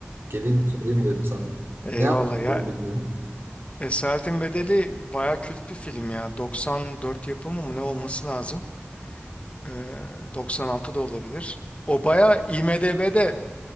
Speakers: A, on the right (about 70°); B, on the left (about 30°).
A: Geleyim sorayım dedim sana.
B: Eyvallah
A: Ne anlatıyor
B: ya.
A: bilmiyorum.
B: Esaretin Bedeli baya kült bir film ya. 94 yapımı mı ne olması lazım? Ee, 96 da olabilir. O baya IMDb'de